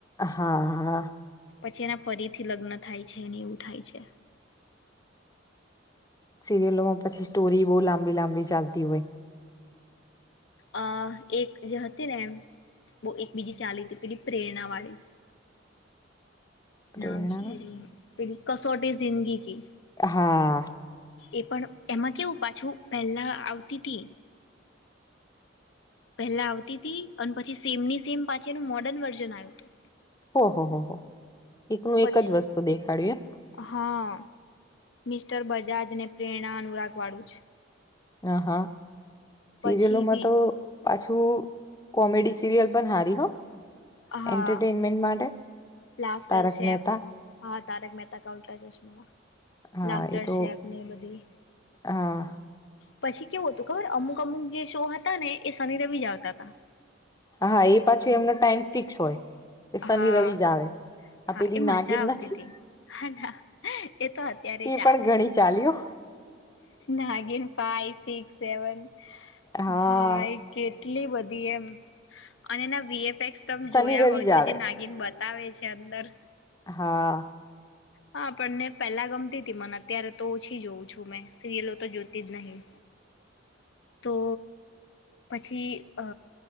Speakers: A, on the left; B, on the left.
A: હા-હા.
B: પછી એના ફરીથી લગ્ન થાય છે, એવું થાય છે.
A: સિરિયલોમાં પછી સ્ટોરી, બહુ લાંબી-લાંબી ચાલતી હોય.
B: અ એક જે હતી ને બહુ એક બીજી ચાલી હતી પેલી પ્રેરણા વાળી
A: પ્રેરણા
B: નામ શું એનું? પેલી કસોટી જિંદગી કી.
A: હા.
B: એ પણ એમાં કેવું પાછું પહેલા આવતી હતી. પહેલા આવતી હતી અને પછી સેમ ની સેમ પાછનું મોર્ડર્ન વર્ઝન આવ્યું હતું.
A: ઓહોહો એકનું
B: પછી
A: એક જ વસ્તુ દેખાડ્યું, એમ
B: હા, મિસ્ટર બજાજ ને પ્રેરણા અનુરાગ વાળું છે.
A: આહ હ સીરિયલોમાં
B: પછી બી
A: તો પાછું કોમેડી સિરિયલ પણ હારી હ
B: હા
A: એન્ટરટેનમેન્ટ માટે
B: લાફ્ટર
A: તારક
B: શેફ
A: મહેતા
B: હા તારક મહેતા ક ઉલ્ટા ચશ્મા
A: હા
B: લાફ્ટર
A: એ તો
B: શેફ ને બધી.
A: હા
B: પછી કેવું હતું ખબર અમુક અમુક જે શો હતા ને એ શનિ રવિ જ આવતા હતા.
A: હા એ પાછું એમનો ટાઈમ ફિક્સ હોય. તે સની-રવિ
B: હા
A: જ આવે. આ
B: હા
A: પેલી
B: એ મજા
A: નાગીર
B: આવતી
A: નથી
B: હતી હ એ તો અત્યારે
A: એ
B: ચાલે
A: પણ ઘણી
B: છે.
A: ચાલ્યો
B: નાગીન ફાઈવ સિક્સ સેવન
A: હા
B: ભાઈ કેટલી બધી. એમ અને એના વીએફએક્સ તમ
A: શનિ
B: જોયા
A: રવિ
B: હોય
A: જ
B: તો
A: આવે
B: જે નાગીન બતાવે છે અંદર
A: હા.
B: હા પણને પેલા ગમતી હતી મને અત્યારે તો ઓછી. મે સિરિલો તો જોતી જ નહી. તો પછી અ